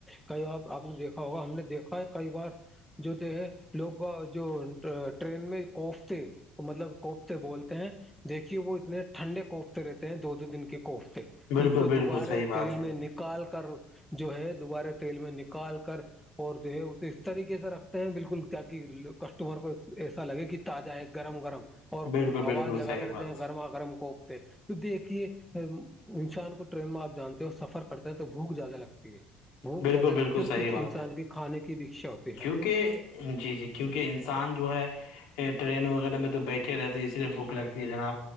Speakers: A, in the centre; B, on the left.
A: کئی بار آپ نے دیکھا ہوگا ہم نے دیکھا ہے کئی بار جو جو ہے لوگ ب جو ٹرین میں کوفتے مطلب کوفتے بولتے ہیں دیکھیے وہ اتنے ٹھنڈے کوفتے رہتے ہیں دو دو دن کے کوفتے
B: بالکل
A: جن کو دوبارے
B: بالکل صحیح بات
A: تیل
B: ہے
A: میں نکال کر جو ہے دوبارہ تیل میں نکال کر اور جو ہے اسے اس طریقے سے رکھ بالکل ت کہ کسٹمر کو ایسا لگے کہ تازہ ہے گرم گرم اور
B: بالکل
A: آواز
B: بالکل
A: لگاتے
B: صحیح
A: رہتے
B: بات
A: ہیں گرما گرم کوپتے تو دیکھیے انسان کو ٹرین میں آپ جانتے ہیں اور سفر کرتے ہیں تو بھوک زیادہ لگتی ہے بھوک
B: بالکل
A: زیادہ
B: بالکل
A: لگتی اور
B: صحیح
A: کچھ
B: بات
A: انسان
B: ہے
A: کے کھانے کی بھی اکچھا ہوتی ہیں
B: کیونکہ جی جی کیونکہ انسان جو ہے ٹرین وغیرہ میں تو بیٹھے رہتی ہے اسی لیے بھوک لگتی ہے جناب